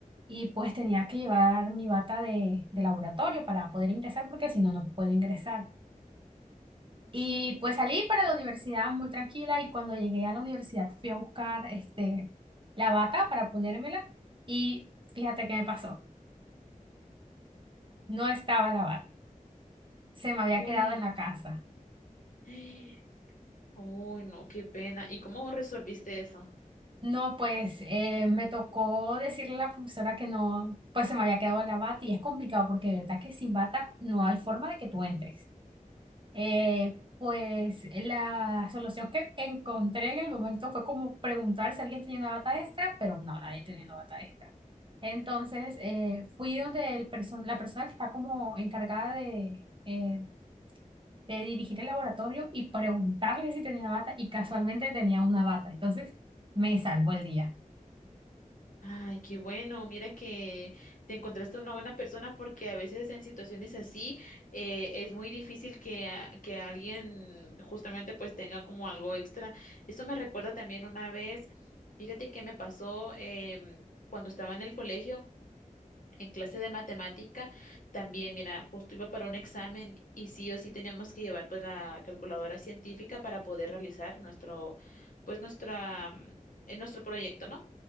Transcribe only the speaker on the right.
y pues tenía que llevar mi bata de, de laboratorio para poder ingresar porque si no, no puedo ingresar. Y pues salí para la universidad muy tranquila y cuando llegué a la universidad fui a buscar este, la bata para ponérmela y fíjate qué me pasó, no estaba la bata, se me había
quedado en la casa.
No, pues eh, me tocó decirle a la profesora que no, pues se me había quedado la bata y es complicado porque de verdad que sin bata no hay forma de que tú entres. Eh, pues la solución que encontré en el momento fue como preguntar si alguien tenía una bata extra, pero no, nadie tenía una bata extra. Entonces eh, fui donde el perso- la persona que está como encargada de, eh, de dirigir el laboratorio y preguntarle si tenía una bata y casualmente tenía una bata. Entonces me salvó el día.